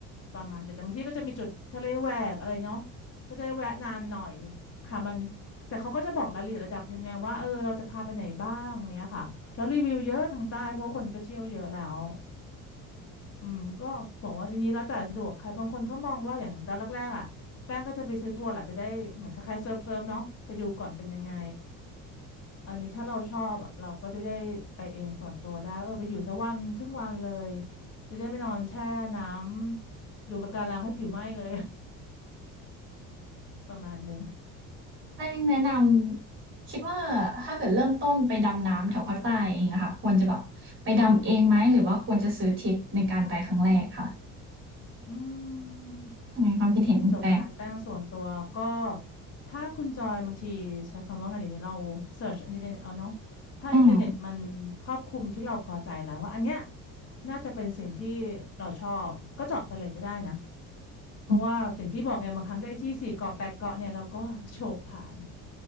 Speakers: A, on the left; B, on the right.
A: ประมาณแต่บางที่ก็จะมีจุดทะเลแหวกอะไรเนาะก็จะแวะนานหน่อยค่ะมันแต่เขาก็จะบอกรายละเอียดระดับยังไงว่าเออเราจะพาไปไหนบ้างเงี้ยค่ะแล้วรีวิวเยอะทางใต้เพราะว่าคนก็เที่ยวเยอะแล้วอืมก็บอกว่าอันนี้แล้วแต่สะดวกใครบางคนเขามองว่าอย่างตอนแรกๆอ่ะแป้งก็จะไปซื้อทัวร์แหละจะได้เหมือนคล้ายๆเซิร์ฟเซิร์ฟเนาะไปดูก่อนเป็นยังไง อันนี้ถ้าเราชอบอะเราก็จะได้ไปเองส่วนตัวได้เออไปอยู่สักวันครึ่งวันเลยจะได้ไม่นอนแช่น้ำดูปะการังให้ผิวไหม้เลย <laughs> ประมาณหนึ่ง
B: แป้งแนะนำคิดว่าถ้าเกิดเริ่มต้นไปดำน้ำแถวภาคใต้เองอะค่ะควรจะแบบไปดำเองไหมหรือว่าควรจะซื้อทริปในการไปครั้งแรกคะ
A: อืม
B: อืมความคิดเห็นคุณแตก
A: ประสบการณ์แป้งส่วนตัวก็ถ้าคุณจอยบางทีใช้คำว่าไงเดี๋ยวนี้เราเสิร์ชอินเทอร์เน็ตเอาเนาะถ้าอินเทอร์เน็ตมันครอบคลุมที่เราพอใจแล้วว่าอันเนี้ย
B: อืม
A: น่าจะเป็นสิ่งที่เราชอบก็เจาะไปเลยก็ได้นะเพราะว่าสิ่งที่บอกไงบางครั้งก็ไอ้ที่สี่เกาะแปดเกาะเนี่ยเราก็โฉบผ่าน
B: อืม